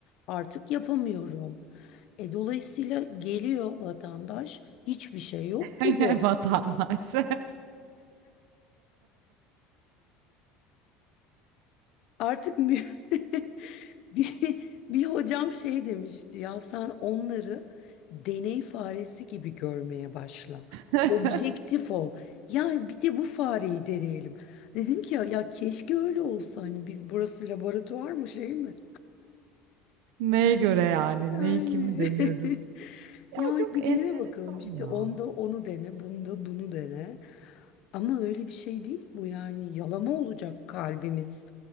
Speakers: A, on the left (about 50°); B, on the right (about 75°).
A: artık yapamıyorum. E, dolayısıyla geliyor vatandaş hiçbir şey yok gibi.
B: <laughs> Vatandaş.
A: Artık bir, <laughs> bir, bir hocam şey demişti ya sen onları deney faresi gibi görmeye başla.
B: <laughs>
A: Objektif ol. Ya bir de bu fareyi deneyelim. Dedim ki ya, ya keşke öyle olsa hani biz burası laboratuvar mı şey mi?
B: Neye göre yani?
A: Yani,
B: Neyi kimi deniyoruz?
A: <laughs>
B: Ya
A: yani
B: çok
A: bir
B: enteresan
A: dene bakalım işte
B: ya.
A: onda onu dene, bunda bunu dene. Ama öyle bir şey değil bu yani yalama olacak kalbimiz,